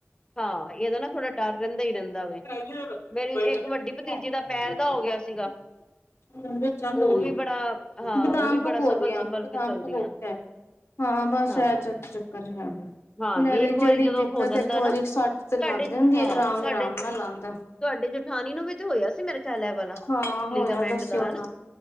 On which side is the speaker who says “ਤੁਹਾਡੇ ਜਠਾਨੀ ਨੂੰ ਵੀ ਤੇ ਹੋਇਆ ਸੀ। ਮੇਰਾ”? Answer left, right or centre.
Left